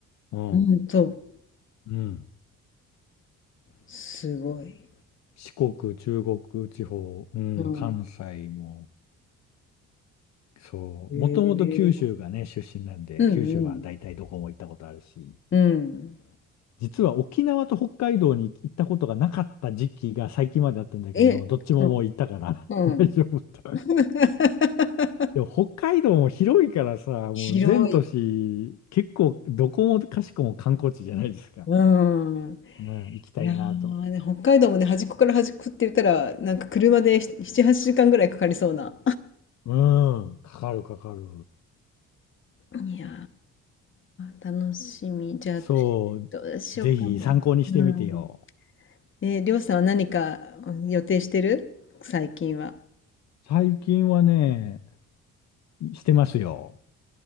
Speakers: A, on the left (about 65°); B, on the left (about 40°).
A: うん。
B: ほんと、
A: うん。
B: すごい。
A: 四国、中国地方、うん、
B: うん。
A: 関西も、そう。
B: へえ。
A: もともと九州がね、出身なんで、
B: うんうん。
A: 九州は大体どこも行ったことあるし、
B: うん。
A: 実は沖縄と北海道に行ったことがなかった時期が最近まであったんだけど、
B: え、
A: どっちももう行ったから
B: うん。うん。
A: <laughs> 大丈夫と。
B: <laughs>
A: でも北海道も広いからさ、もう全都市、
B: 広い。
A: 結構どこもかしこも観光地じゃないですか。
B: うん。
A: うん、行きたいなと。
B: いやーね、北海道もね、端っこから端っこって言ったら、なんか車で7、8時間ぐらいかかりそうな。
A: うん、かかるかかる。
B: いやー、楽しみ。じゃあ、
A: そう、
B: どうしようかな。
A: ぜひ参考にしてみてよ。
B: うん。え、りょうさんは何かうん予定してる最近は。
A: 最近はね、してますよ。